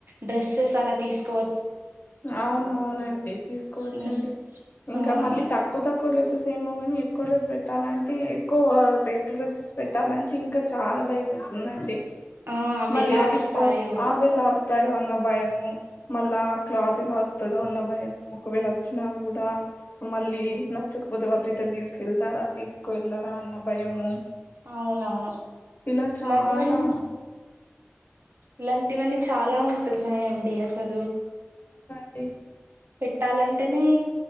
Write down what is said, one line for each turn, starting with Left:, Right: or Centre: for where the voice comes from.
Right: డ్రెస్సెస్ అలా తీసుకు
Left: అవునవునండి తీసుకోవచ్చండి
Right: హ్మ్.
Left: ఇంకా
Right: ఆ!
Left: మళ్ళీ తక్కువ తక్కువ డ్రెస్సెస్ ఏమో కాని ఎక్కువ డ్రెస్ పెట్టాలంటే ఎక్కువ పెయిట్ డ్రెస్సెస్ పెట్టాలంటే ఇంకా చాలా భయం ఎస్తుందండి
Right: ఆ
Left: మళ్ళీ
Right: ఎలా
Left: అవి
Right: వస్తాయో
Left: ఆ ఆవేళ వస్తాయో అన్న భయము మళ్ళా క్లాత్ ఎలా వస్తదో అన్న భయం ఒకవేళ వచ్చినా కూడా మళ్ళీ నచ్చకపోతే వాళ్ళు రిటన్ తీసుకెళ్తారా తీసుకు వెెళ్లరా అన్న భయము
Right: అవునవును
Left: ఇలా చాలా
Right: ఇలాంటివన్నీ ఇలాంటివన్నీ చాలా ఉంటున్నాయండి అసలు
Left: డీ
Right: పెట్టాలంటేనే